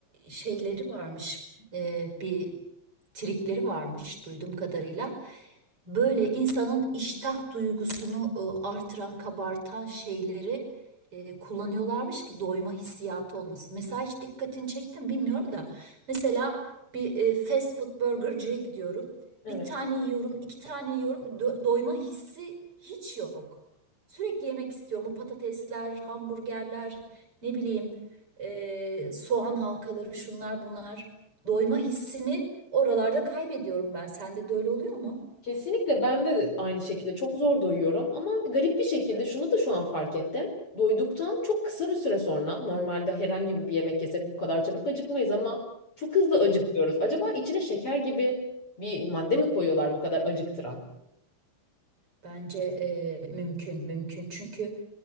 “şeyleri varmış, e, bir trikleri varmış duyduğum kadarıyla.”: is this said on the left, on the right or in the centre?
Right